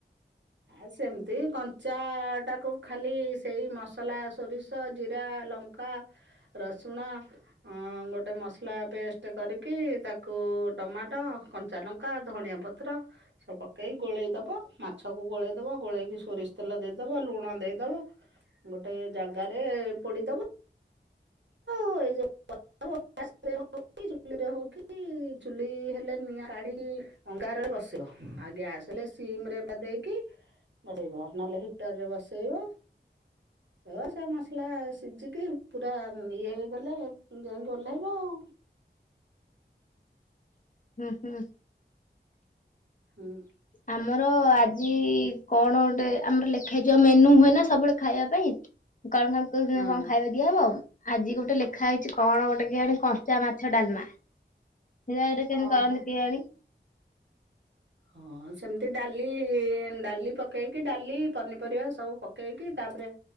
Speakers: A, on the right; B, on the left.
A: ଆଉ ସେମିତି କଞ୍ଚା ଟାକୁ ଖାଲି ସେଇ ମସଲା ସୋରିଷ ଜିରା ଲ ଙ୍କା, ରସୁଣ, ହଁ ଗୋଟେ ମସଲା ପେଷ୍ଟ କରିକି ତାକୁ ଟମାଟୋ କଞ୍ଚା ଲଙ୍କା ଧଣିଆ ପତ୍ର ସବୁ ପକେଇ ଗୋଳେଇଦବ ମା ଛକୁ ଗୋଳେଇ ଦବ ଗୋଳେଇକି ସୋରିଷ ତେଲ ଦେଇଦବ ଲୁଣ ଦେଇଦବ। ଗୋଟେ ଜାଗାରେ ପୋଡିଦବ। ଏଇଯଉ <unintelligible> ଚୁଲି ରେ ହଉ କି କି ଚୁଲି ହେଲେ ନିଆଁ କାଢିକି ଅଙ୍ଗାରରେ ବସିବ ଆଉ ଗ୍ୟାସ ହେଲେ ସିମିରେ ଦେଇକି ବସେଇବ ନହେଲେ ହିଟର ରେ ବସେଇବ ହ ସେ ମସଲା ସିଝିକି ପୁରା ହଁ ଇଏ ହେଇଗଲେ ଯାଇକି ଓହ୍ଲେଇବ ଆଉ
B: ହୁଁ ହୁଁ
A: ହୁଁ
B: ଆମର ଆଜି କଣ ଗୋଟେ ଆମର ଲେଖା ହେଇଯିବ ମେନୁ ହୁଏ ନା ସବୁବେଳେ ଖାଇବା ପାଇଁ କଣ କଣ କେଉଁ
A: ହଁ।
B: ଦିନ କଣ ଖାଇବା <unintelligible> କି ହବ ଆଜି ଗୋଟେ ଲେଖା ହେଇଛି କଣ ଗୋଟେ କେଆଣି କଞ୍ଚା ମାଛ ଡାଲମା <unintelligible>
A: ଓହୋ।
B: କରନ୍ତି କେ ଆଣି
A: ହଁ ସେମିତି ଡାଲି ଡାଲି ପକେଇକି ଡାଲି ପନିପରିବା ସବୁ ପକେଇକି ତାପରେ